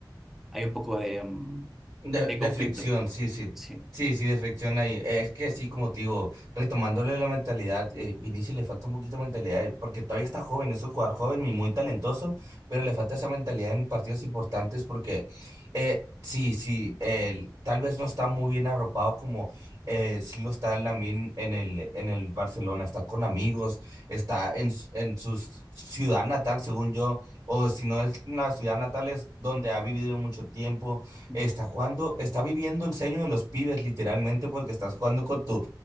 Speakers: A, in the centre; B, on the right.
A: hay un poco de, mm,
B: De,
A: de
B: de
A: conflicto.
B: fricción, sí, sí.
A: Sí.
B: Sí, sí, de fricción ahí. Es que sí, como te digo, retomándole la mentalidad, eh, Vinicius le falta un poquito de mentalidad, eh, porque todavía está joven, es un jugador joven y muy talentoso, pero le falta esa mentalidad en partidos importantes porque eh, sí, sí, él tal vez no está muy bien arropado como eh, sí lo está Lamine en el, en el Barcelona, está con amigos, está en, s- en su ciudad natal, según yo, o si no es una ciudad natal, es donde ha vivido mucho tiempo
A: Ujú.
B: Está jugando, está viviendo el sueño de los pibes, literalmente, porque estás jugando con tu,